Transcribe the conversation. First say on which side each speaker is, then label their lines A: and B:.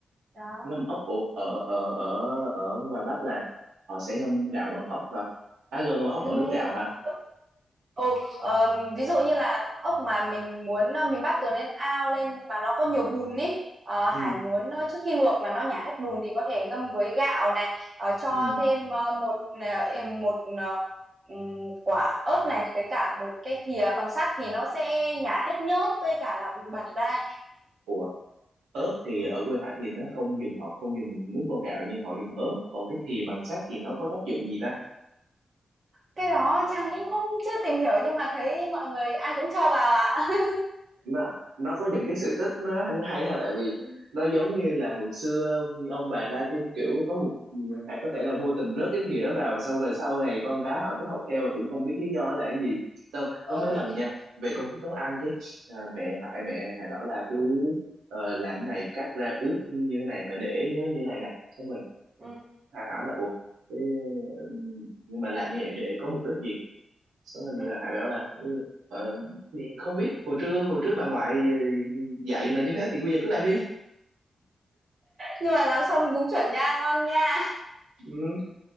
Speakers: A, on the right; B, on the right.
A: đó
B: ngâm ốc ở ở ở ở ở ngoài Bắc là họ sẽ ngâm gạo bằng ốc hả à rồi ngâm ốc
A: ngâm
B: bằng nước gạo
A: ngâm ốc
B: hả
A: vào nước ừ, ờm, ví dụ như là ốc mà mình muốn ờ, mình bắt từ lên ao lên mà nó có nhiều bùn ấy
B: ừ,
A: Hải muốn ờ, trước khi luộc mà nó nhả hết bùn thì có thể ngâm với gạo này ờ, cho
B: ừ.
A: thêm ờ, một ờ, em- một ờ, ừm, quả ớt này với cả một cái thìa bằng sắt thì nó sẽ nhả hết nhớp với cả là bụi bẩn ra
B: Ủa ớt thì
A: ừ.
B: ở quê Hải thì nó không dùng họ không dùng nước vo gạo nhưng họ dùng ớt còn cái thìa bằng sắt thì nó có tác dụng gì ta
A: cái đó Trang cũng không chưa tìm hiểu nhưng mà thấy mọi người ai cũng cho vào ạ <laughs>
B: nó nó có những cái sự tích nó hay ha tại vì nó giống như là hồi xưa ông bà ta cái kiểu có một hay có thể là vô tình rớt cái thìa đó vào xong rồi sau này con cái họ cứ học theo mà cũng không biết lý do là cái gì xong
A: ừ.
B: có mấy lần nha về công thức nấu ăn cái à, mẹ hại mẹ hại bảo là cứ ờ, làm cái này cắt ra ướp như thế này và để nhớ như thế này này xong rồi
A: Ừ.
B: hại hỏi là ủa thế, ừ, nhưng mà làm như vậy để có mục đích gì xong mình
A: Ừ.
B: là Hải bảo là ừ, ờ, thì không biết hồi trưa hồi trước bà ngoại ừ, dạy là như thế thì bây giờ cứ làm đi
A: nhưng mà làm xong đúng chuẩn nha ngon nha
B: ừ,